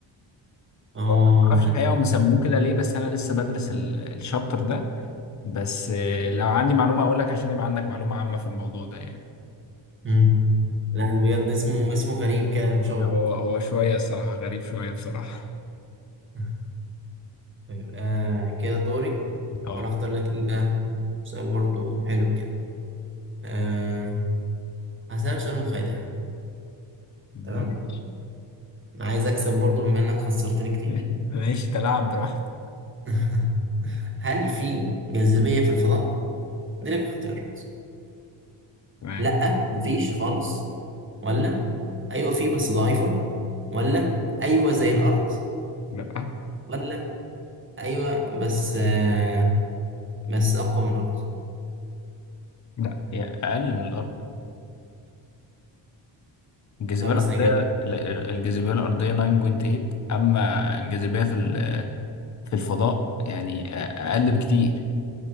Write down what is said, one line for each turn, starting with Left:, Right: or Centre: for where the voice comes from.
Right: اه
Left: هو أنا ما اعرفش
Right: لا
Left: الحقيقة
Right: لا
Left: هم سموه
Right: لا
Left: كده ليه بس أنا لسه بدرس ال- الشابتر ده بس آه لو عندي معلومة أقول لك عشان يبقى عندك معلومة عامة في الموضوع ده يعني
Right: مم. لا بجد اسمه اسمه غريب كده مشوق
Left: هو هو شوية الصراحة غريب شوية بصراحة
Right: <laughs> يبقى كده دوري
Left: اه
Right: احاول اختار لك ايه بقى سؤال برضو حلو كده أه هسألك سؤال مخادع
Left: ماشي
Right: تمام انا عايز اكسب برضو بما انك خسرتني كتير
Left: <laughs> ماشي تلاعب براحتك
Right: <laughs> هل في جاذبية في الفضاء دي لك اختيارات
Left: تمام
Right: لا مفيش خالص ولا ايوه في بس ضعيفة ولا ايوه زي الارض
Left: لا
Right: ولا ايوه بس آه بس اقوى من الارض
Left: لا هي اقل من الارض الجاذبيه
Right: اختار مثلا
Left: الارضيه
Right: اجابة
Left: ال- ال- الجاذبيه الارضيه 9.8 اما الجاذبيه في ال- في الفضاء يعني أ- اقل بكتير